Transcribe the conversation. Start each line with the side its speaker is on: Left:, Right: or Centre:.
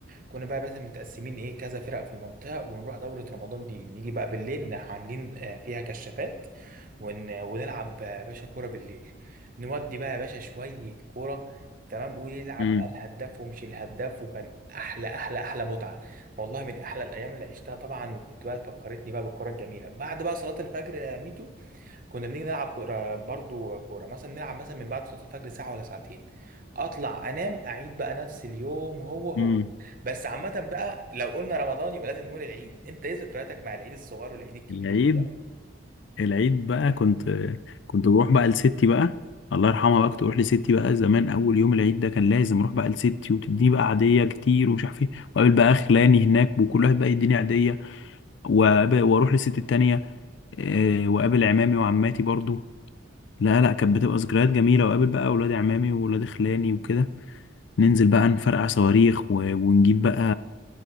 Right: كنا بقى بس متقسمين ايه كذا فرق في المنطقه ونروح دوره رمضان دي نيجي بقى بالليل نح- عاملين آه، فيها كشافات ون... ونلعب يا باشا كورة بالليل نودي بقى يا باشا شوية كورة تمام ويلعب
Left: امم
Right: بقى الهداف ومش الهداف وكان أحلى أحلى أحلى متعة والله من أحلى الأيام اللي عشتها طبعا وكنت بقى فكرتني بقى بالكورة الجميلة بعد بقى صلاة الفجر يا ميتو كنا بنيجي نلعب كورة برضو كورة مثلا نلعب مثلا من بعد صلاة الفجر ساعة ولا ساعتين أطلع أنام أعيد بقى نفس اليوم هو هو
Left: امم
Right: بس عامة بقى لو قلنا رمضان يبقى لازم نقول العيد أنت إيه ذكرياتك مع العيد الصغير والعيد الكبير
Left: العيد
Right: كده
Left: العيد بقى كنت كنت بروح بقى لستي بقى الله يرحمها بقى كنت بروح لستي بقى زمان اول يوم العيد ده كان لازم اروح بقى لستي وتديني بقى عاديه كتير ومش عارف ايه واقابل بقى خلاني هناك وكل واحد بقى يديني عاديه وأقابل- واروح لستي التانيه آه، واقابل عمامي وعماتي برضو لا لا كانت بتبقى ذكريات جميله واقابل بقى اولاد عمامي واولاد خلاني وكده ننزل بقى نفرقع صواريخ و- ونجيب بقى